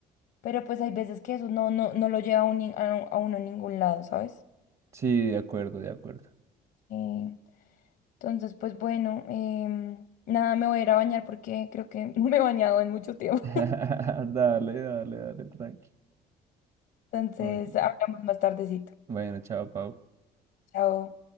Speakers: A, on the left; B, on the right.
A: pero pues hay veces que eso no, no, no lo lleva a, un, ni- a, a uno a ningún lado, ¿sabes?
B: sí, de acuerdo, de acuerdo.
A: Eh, Entonces, pues bueno, em, nada, me voy a ir a bañar porque creo que <laughs> no me he bañado en mucho tiempo.
B: <laughs> Dale, dale, dale, tranqui.
A: <laughs> Entonces,
B: Bueno,
A: hablamos más tardecito.
B: bueno, chao, Pau.
A: Chao.